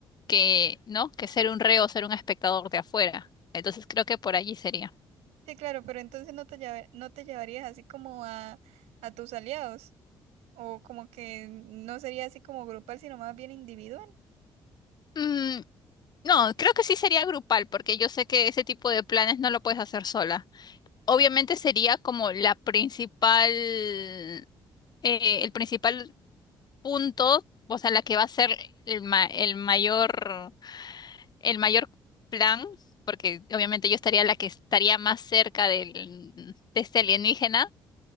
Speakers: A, on the left; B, on the right.
A: que, ¿no? Que ser un reo, ser un espectador de afuera. Entonces creo que por allí sería.
B: Sí, claro, pero entonces no te lleva- no te llevarías así como a, a tus aliados, o como que no sería así como grupal, sino más bien individual.
A: Mm, no, creo que sí sería grupal, porque yo sé que ese tipo de planes no lo puedes hacer sola. Obviamente sería como la principal, eh, el principal punto, o sea, la que va a ser el ma- el mayor el mayor plan, porque obviamente yo estaría la que estaría más cerca del, de este alienígena,